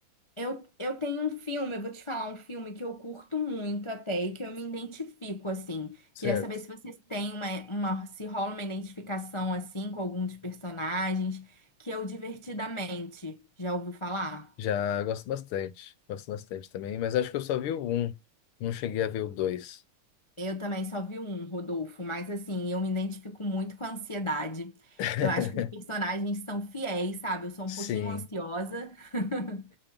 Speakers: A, on the left; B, on the left.
A: Eu, eu tenho um filme, eu vou te falar um filme que eu curto muito até e que eu me identifico, assim.
B: Certo.
A: Queria saber se vocês têm uma, uma, se rola uma identificação, assim, com algum dos personagens, que é o Divertidamente. Já ouviu falar?
B: Já gosto bastante, gosto bastante também, mas acho que eu só vi o um, não cheguei a ver o dois.
A: Eu também só vi um, Rodolfo, mas assim, eu me identifico muito com a ansiedade.
B: <laughs>
A: Eu acho que os personagens são fiéis, sabe? Eu sou
B: Sim,
A: um pouquinho ansiosa. <laughs>